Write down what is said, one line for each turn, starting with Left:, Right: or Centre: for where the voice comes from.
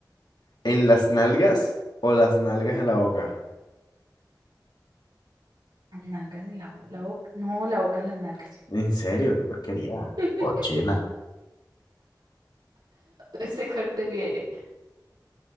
Left: en las nalgas o las nalgas en la boca?
Right: Nalgas en la, bo- la boca. No, la boca en las nalgas.
Left: ¿En serio? ¿Qué porquería?
Right: <laughs>
Left: cochina.
Right: ¿Usted cuál prefiere?